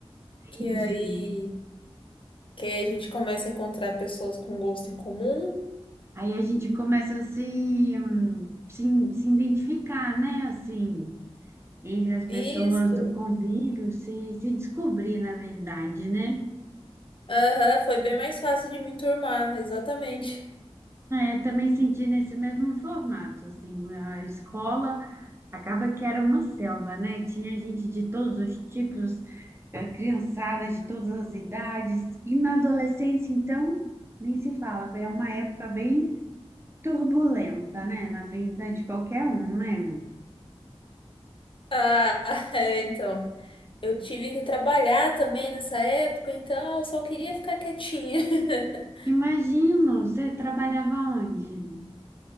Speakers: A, on the left (about 55°); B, on the right (about 25°).
A: Que
B: entendi.
A: aí, que aí a gente começa a encontrar pessoas com gosto em comum.
B: Aí a gente começa a se, hum, se, se identificar, né? Assim... entre as pessoas
A: Isso.
B: do convívio, se, se descobrir, na verdade, né?
A: Aham, foi bem mais fácil de me enturmar, exatamente.
B: É, também senti nesse mesmo formato, assim, a escola acaba que era uma selva, né? Tinha gente de todos os tipos, eh, criançada de todas as idades, e na adolescência, então, nem se fala, foi uma época bem turbulenta, né? Na vida de qualquer um, né?
A: Ah, <laughs> é, então. Eu tive que trabalhar também nessa época, então eu só queria ficar quietinha. <laughs>
B: Imagino, você trabalhava onde?